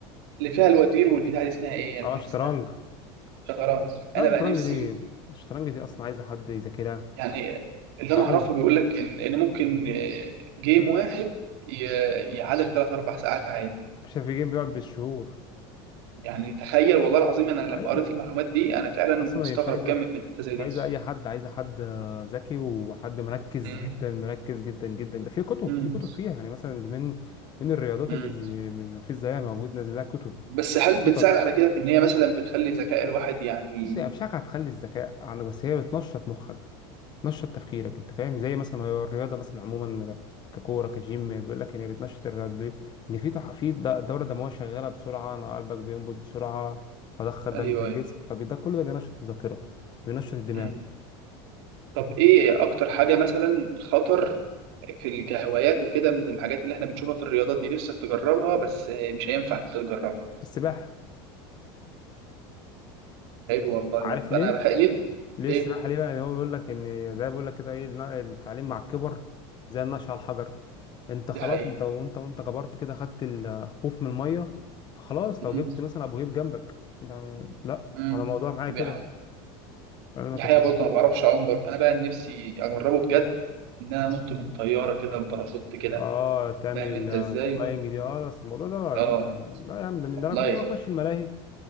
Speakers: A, on the right; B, on the left.
A: اللي فيها الوزير والبتاع دي اسمها ايه يعني
B: اه
A: نسيت
B: شطرنج
A: اسمها شطرنج
B: لا
A: انا
B: الشطرنج
A: بقى نفسي
B: دي الشطرنج دي اصلا عايزه حد يذاكرها
A: يعني اللي
B: تعرف
A: انا اعرفه
B: مش
A: بيقول لك ان ان ممكن آه، جيم واحد ي- يعادل ثلاث اربع ساعات عادي
B: مش في جيم بيقعد بالشهور
A: يعني تخيل والله العظيم انا لما
B: اي
A: قريت المعلومات دي انا فعلا
B: اصلا
A: مستغرب
B: هي مش عايزه
A: جامد من حته زي
B: مش
A: دي
B: عايزه اي حد عايزه حد آه، ذكي وحد مركز
A: مم.
B: جدا مركز جدا جدا ده في كتب
A: مم.
B: في كتب فيها يعني مثلا دي من من الرياضات
A: مم.
B: اللي ما فيش زيها موجود نازل لها كتب
A: بس هل بتساعد
B: خطط
A: على كده في ان هي مثلا بتخلي ذكاء الواحد يعني
B: بص هي افشاك هتخلي الذكاء عندك بس هي بتنشط مخك بتنشط تفكيرك انت فاهم زي مثلا ما هي الرياضه مثلا عموما ككوره كجيم بيقول لك ان هي بتنشط الرياضه دي ان في تح- في د- الدوره الدمويه شغاله بسرعه انا قلبك بينبض بسرعه فضخ الدم
A: ايوه
B: في الجسم
A: ايوه
B: فده كل ده بينشط الذاكره بينشط الدماغ
A: مم. طب ايه اكتر حاجه مثلا خطر في ال- كهوايات وكده من الحاجات اللي احنا بنشوفها في الرياضات دي نفسك تجربها بس مش هينفع تجربها
B: السباحة
A: حلو والله
B: عارف
A: برضه
B: ليه؟
A: انا بحق ليه
B: ليه
A: ليه
B: السباحة ليه بقى؟ يعني هو بيقول لك إن زي بيقول لك كده إيه النا- التعليم مع الكبر زي النقش على الحجر أنت
A: دي
B: خلاص
A: حقيقة
B: أنت وأنت وأنت كبرت كده خدت الخوف من المية فخلاص
A: مم.
B: لو جبت مثلا أبو هيب جنبك ده لا
A: مم.
B: أنا الموضوع معايا
A: دي
B: كده
A: حقيقة
B: بقى. أنا ما
A: دي
B: كنت-
A: حقيقة برضه انا ما بعرفش اعوم برضه انا بقى نفسي اجربه بجد ان انا انط من طيارة كده بباراشوت كده
B: آه تعمل
A: فاهم انت ازاي
B: اللاينج دي آه بس الموضوع ده بقى
A: اه
B: يا عم ده لا يا عم ده من
A: والله
B: ده أنا كنت بخش الملاهي